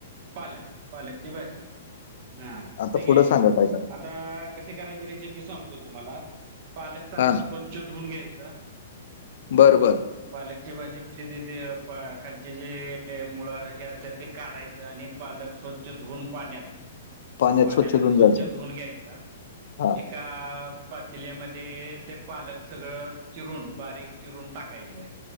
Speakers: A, on the right; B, on the left.
A: पालक-पालकची भाजी, हा
B: आता
A: ते घ्यायचं
B: पुढं सांगा काय कराय
A: आता कशी करायची रेसिपी सांगतो तुम्हाला पालक चांगला
B: हा
A: स्वच्छ धुवून घ्यायचा
B: बरं-बरं.
A: पालकची भाजी ते खालचे जे मुळा हे असतात ते. काढायचं आणि पालक स्वच्छ धुवून पाण्यात.
B: पाण्यात
A: पाण्यान
B: धुऊन
A: स्वच्छ
B: घ्यायचा
A: धुऊन घ्यायचा,
B: हा
A: एक- का पातील्यामध्ये ते पालक सगळं चिरून बारीक चिरून टाकायचें.